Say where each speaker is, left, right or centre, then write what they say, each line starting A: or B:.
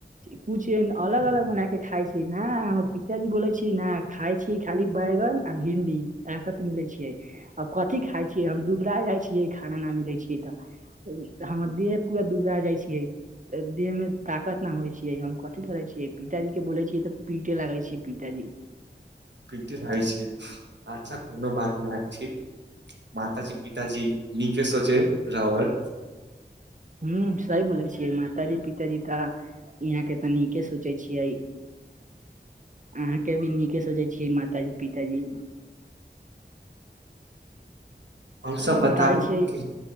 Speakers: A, on the right; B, on the right.
A: कुछ अलग अलग बना के खाय छीये न। हमर पी त्यागी बोले छी न खाय छीे, खाली बैंगन आ भिंडी आ कत मिले छियै। आब कथि खाय छियै, हम दुबरा जाय छियै, खाना ना मिलै छियै तऽ। हमर देह पूरा दुबा जाय छियै। देह मे ताकत ना होइ छियै हम कथी करै छियै, पिताजी के बोले छियै तऽ पीटे लागै छियै पिताजी।
B: पिटे लागै छीये आछा कोनो बात न छी। माताजी, पिताजी निके सोचे रावर।
A: हू सही बोलै छियै माताजी पिताजी ता यहाँ के तऽ नीके सोचे छियै। अहाँके भी नीके सोचै छियै मातााजी, पिताजी।
B: अहूँसभ
A: आओर
B: बताउ
A: बताबै छियै
B: कि